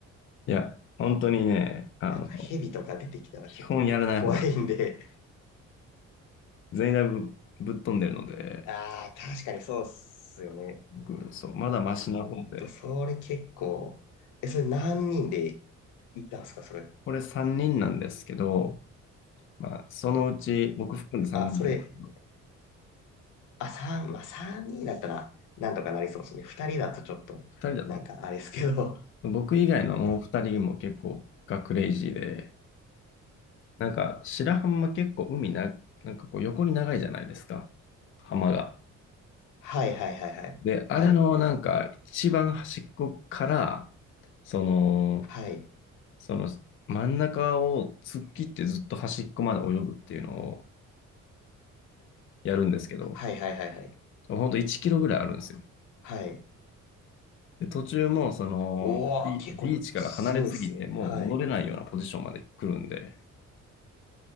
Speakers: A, on the left (about 45°); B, on the left (about 85°).
A: いや、本当にね、あの、
B: う。なんか蛇とか出てきたらちょっと怖いんで
A: 基本やらない方がいい。全員だいぶぶっ飛んでるので、
B: ああ、確かにそうっすよね。
A: 僕、そう、まだマシな方で、
B: いや、ほんと、それ結構、え、それ何人で行ったんすか、それ。
A: これ3人なんですけど、まあ、そのうち、僕含んで3人なんですけど、
B: あ、それ、あ、三、まあ、三人だったら、なんとかなりそうですね。二人だとちょっと、
A: 人だとね、
B: なんかあれですけど。
A: 僕以外のもう2人も結構がクレイジーで、なんか、白浜結構海な、なんかこう横に長いじゃないですか、浜が。
B: <laughs> はいはいはいはい。
A: で、
B: はい。
A: あれのなんか、一番端っこから、その、
B: はい。
A: その真ん中を突っ切ってずっと端っこまで泳ぐっていうのをやるんですけど、
B: はいはいはいはい。
A: ほんと1キロぐらいあるんですよ。
B: はい。
A: で、途中もそのビ、
B: おー、結構すごいっすね。
A: ビーチから離れすぎてもう戻れないようなポジションまで来るんで、
B: はい。